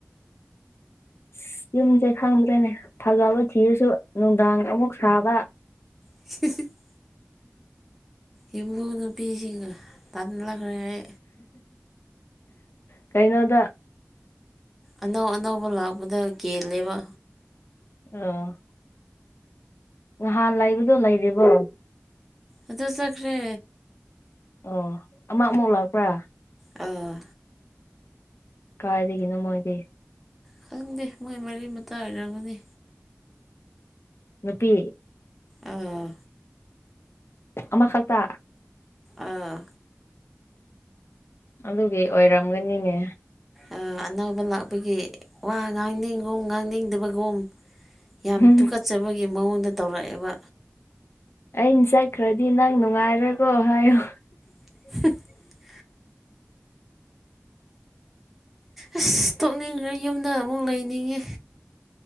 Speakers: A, on the left; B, in the centre.
A: ꯑꯁ ꯌꯨꯝꯁꯦ ꯈꯪꯗ꯭ꯔꯦꯅꯦ ꯐꯥꯖꯕ ꯊꯤꯔꯁꯨ ꯅꯨꯡꯗꯥꯡ ꯑꯃꯨꯛ ꯁꯥꯕ꯫
B: <unintelligible> ꯌꯨꯝꯕꯨ ꯅꯨꯄꯤꯁꯤꯡꯒ ꯇꯥꯟꯂꯛꯈ꯭ꯔꯦ꯫
A: ꯀꯩꯅꯣꯗ
B: ꯑꯅꯧ ꯑꯅꯧꯕ ꯂꯥꯛꯄꯗ ꯀꯦꯜꯂꯦꯕ
A: ꯑ ꯅꯍꯥꯟ ꯂꯩꯕꯗꯣ ꯂꯩꯔꯤꯕꯣ
B: ꯑꯗꯨ ꯆꯠꯈ꯭ꯔꯦ
A: ꯑꯣ ꯑꯃ ꯑꯃꯨꯛ ꯂꯥꯛꯄ꯭ꯔꯥ
B: ꯑꯥ
A: ꯀꯥꯏꯗꯒꯤꯅꯣ ꯃꯣꯏꯗꯤ
B: ꯈꯪꯗꯦ ꯃꯣꯏ ꯃꯔꯤ ꯃꯇꯥ ꯑꯣꯏꯔꯝꯒꯅꯤ
A: ꯅꯨꯄꯤ
B: ꯑꯥ
A: ꯑꯃꯈꯛꯇ
B: ꯑꯥ
A: ꯑꯗꯨꯒꯤ ꯑꯣꯏꯔꯝꯒꯅꯤꯅꯦ
B: ꯑ ꯑꯅꯧꯕ ꯂꯥꯛꯄꯒꯤ ꯋꯥ ꯉꯥꯡꯅꯤꯡꯒꯨꯝ ꯉꯥꯡꯅꯤꯡꯗꯕꯒꯨꯝ ꯌꯥꯝ
A: ꯍꯨꯝ
B: ꯇꯨꯀꯠꯆꯕꯒꯤ ꯃꯑꯣꯡꯗ ꯇꯧꯔꯛꯑꯦꯕ
A: ꯑꯩꯅ ꯆꯠꯈ꯭ꯔꯗꯤ ꯅꯪ ꯅꯨꯡꯉꯥꯏꯔꯀꯣ ꯍꯥꯏꯌꯣ
B: <inaudible> ꯑꯁ ꯇꯣꯛꯅꯤꯡꯈ꯭ꯔꯦ ꯌꯨꯝꯗ ꯑꯃꯨꯛ ꯂꯩꯅꯤꯡꯉꯦ